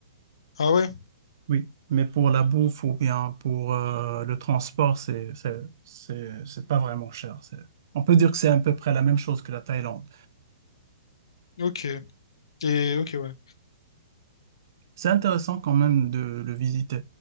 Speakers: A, on the left (about 65°); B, on the right (about 40°).
A: Ah ouais?
B: Oui, mais pour la bouffe ou bien pour euh, le transport, c'est, c'est, c'est, c'est pas vraiment cher. C'est- On peut dire que c'est à peu près la même chose que la Thaïlande.
A: Ok. Et ok, ouais.
B: C'est intéressant quand même de le visiter.